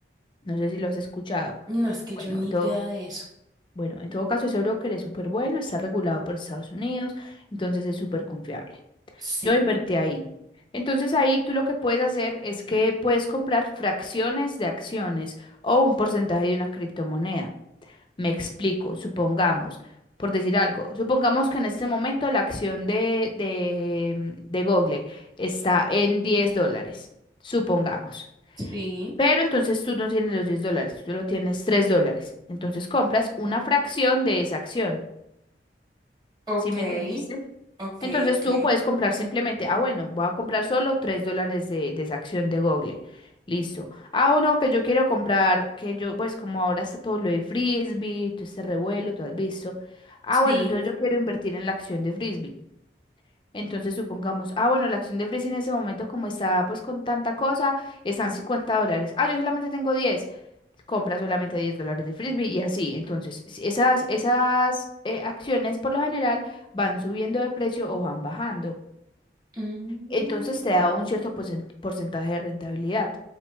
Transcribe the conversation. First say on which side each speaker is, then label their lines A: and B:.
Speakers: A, on the left; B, on the right.
A: No sé si lo has escuchado.
B: No, es que
A: Bueno,
B: yo ni
A: en todo,
B: idea de eso.
A: bueno, en todo caso, ese broker es súper bueno, está regulado por Estados Unidos, entonces es súper confiable.
B: Sí.
A: Yo invertí ahí. Entonces ahí tú lo que puedes hacer es que puedes comprar fracciones de acciones o un porcentaje de una criptomoneda. Me explico, supongamos, por decir algo, supongamos que en este momento la acción de, de, de Google está en 10 dólares, supongamos.
B: Sí.
A: Pero entonces tú no tienes los 10 dólares, tú solo tienes 3 dólares. Entonces compras una fracción de esa acción.
B: Ok,
A: ¿Sí me entendiste?
B: ok,
A: Entonces
B: ok.
A: tú puedes comprar simplemente, ah, bueno, voy a comprar solo 3 dólares de, de esa acción de Google. Listo. Ah, uno que yo quiero comprar, que yo, pues como ahora está todo lo de Frisbee, todo este revuelo, tú has visto. Ah,
B: Sí.
A: bueno, entonces yo quiero invertir en la acción de Frisbee. Entonces supongamos, ah, bueno, la acción de Frisbee en ese momento, como está pues con tanta cosa, están 50 dólares. Ah, yo solamente tengo diez, Compra solamente 10 dólares de Frisbee y así. Entonces, si esas, esas eh, acciones por lo general van subiendo de precio o van bajando.
B: Mm.
A: Entonces te da un cierto porcen- porcentaje de rentabilidad.